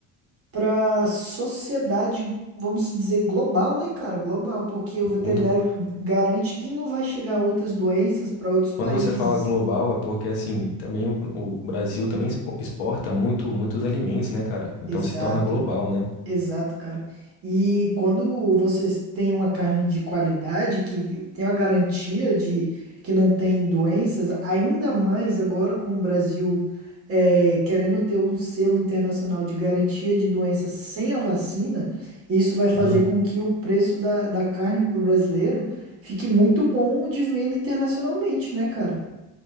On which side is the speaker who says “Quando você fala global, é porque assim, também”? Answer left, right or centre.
Left